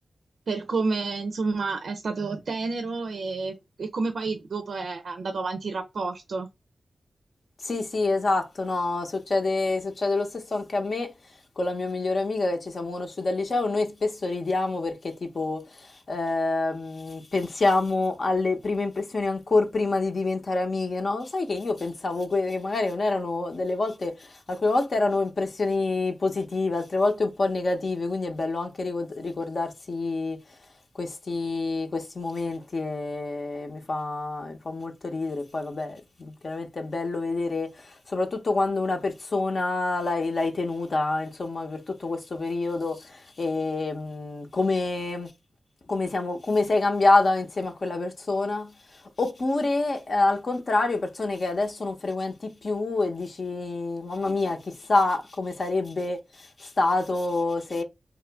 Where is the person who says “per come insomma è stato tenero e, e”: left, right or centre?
Right